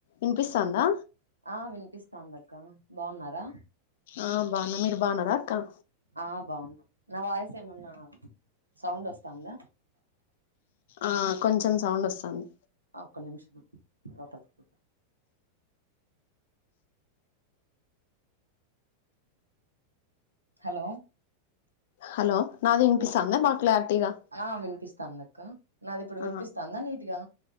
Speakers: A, on the left (about 55°); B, on the right (about 85°).
A: ఇనిపిస్తాందా
B: ఆ వినిపిస్తాందక్క బావున్నారా
A: ఆ బావున్న మీరు బావున్నరా అక్క
B: ఆ బావున్నం నా వాయిస్ ఏమన్నా సౌండ్ ఒస్తాందా
A: ఆ కొంచెం సౌండ్ ఒస్తాంది
B: ఒక్క నిమిషం లోపలికి పోయ్ హలో
A: హలో నాది ఇనిపిస్తాందా
B: ఇప్
A: బాగ్ క్లారిటీగా
B: ఆ వినిపిస్తాందక్క నాది ఇప్పుడు
A: ఆ
B: వినిపిస్తాందా నీట్ గా